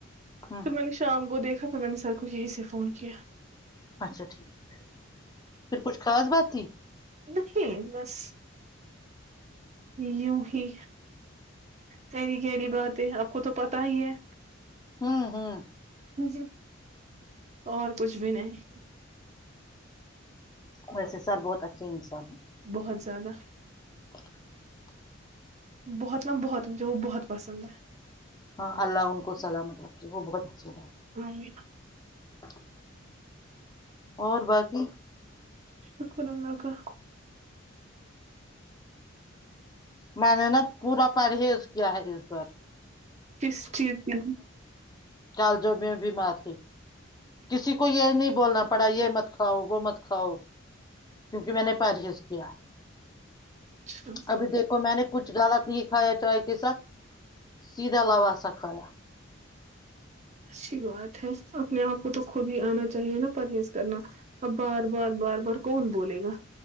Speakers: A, on the left (about 20°); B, on the right (about 35°).
A: ہوں
B: پھر میں نے شام کو دیکھا تھا تو میں نے سر کو یہی سے فون کیا
A: اچھا ٹھیک ہے پھر کچھ خاص بات تھی
B: نہیں بس یوں ہی سری کہڑی بہت آپ کو تو پتا ہی ہے
A: ہوں ہوں
B: جی اور کچھ بھی نہیں
A: ویسے سر بہت اچھے انسان ہیں
B: بہت زیادہ
A: <unintelligible>
B: بہت نا بہت مجھے وہ بہت پسند ہے
A: ہاں اللہ ان کو سلامت رکھے وہ بہت اچے بائے
B: ہے
A: اور باقی
B: شکر اللہ
A: میں نے نا پورا پرہیز کیا ہے اس بار
B: کس چیز کے
A: کالج میں بی مار تھی کسی کو یہ نہیں بولنا پڑا یہ مت کھاؤ وہ مت کھاؤ کیونکہ میں نے پرہیز کیا
B: اچھا
A: ابھی دیکھو میں نے کچھ غالت نہیں کھایا چائے کے ساتھ سیدھا ع لوہ سا کھایا
B: اچھی بات ہے اپنے آپ کو تو خود ہی آنا چاہیے نا پرہیز کرنا اب بار بار بار بار کون بولے گا